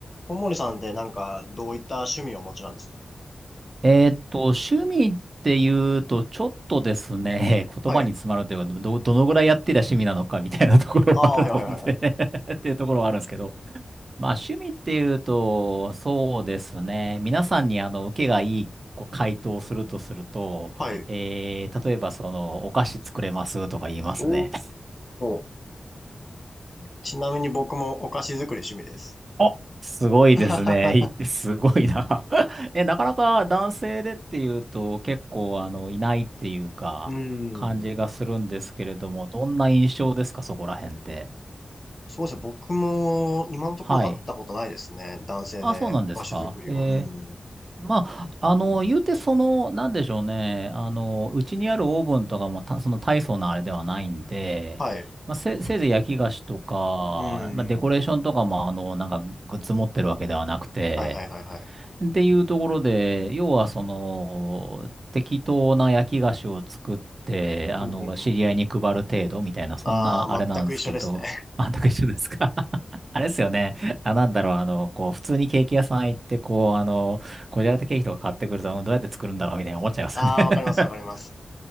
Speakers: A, on the left (about 40°); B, on the right (about 55°).
A: 小森さんってなんか、どういった趣味をお持ちなんですか
B: えーっと、趣味っていうと、ちょっとですね、<laughs> 言葉に詰まるというか、
A: はい。
B: ど、どのぐらいやってりゃ趣味なのかみたいなところはあるので
A: ああ、はいはいはいはい。
B: <laughs> っていうところはあるんですけど、まあ趣味っていうと、そうですね、皆さんにあの、受けがいいこう回答をするとすると、
A: はい。
B: えー、例えばその、お菓子作れますとか言いますね。
A: おー。ちなみに僕もお菓子作り趣味です。
B: あすごいですね。
A: <laughs>
B: いいすごいな。<laughs> え、なかなか男性でっていうと結構あの、いないっていうか、
A: うん。
B: 感じがするんですけれども、どんな印象ですか、そこら辺って。
A: そうですね。僕も今のところ会ったことないですね。
B: はい。
A: 男性でお菓子作りは。
B: あ、そうなんですか。えー
A: うん。
B: まあ、あの、言うてその、なんでしょうね。あの、うちにあるオーブンとかもた、その大層なあれではないんで、
A: はい。
B: まあ、せ、せいぜい焼き菓子とか、
A: う
B: まあ、デコレーションとかも、
A: ん。
B: あの、なんかグッズ持ってるわけではなくて、
A: はいはいはいはい。
B: っていうところで、要はその、適当な焼き菓子を作って、あの、
A: うんうんうん。
B: 知り合いに配る程度みたいな、そんなあれなんですけど、
A: ああ、全く一緒ですね。
B: あ、なんか一緒ですか <laughs> あれですよね。あ、なんだろう、あの、こう、普通にケーキ屋さん行って、こう、あの、こじゃれたケーキとか買ってくると、うんどうやって作るんだろうみたいな思っちゃいますね。
A: <laughs> ああ、
B: <laughs>
A: わかりますわかります。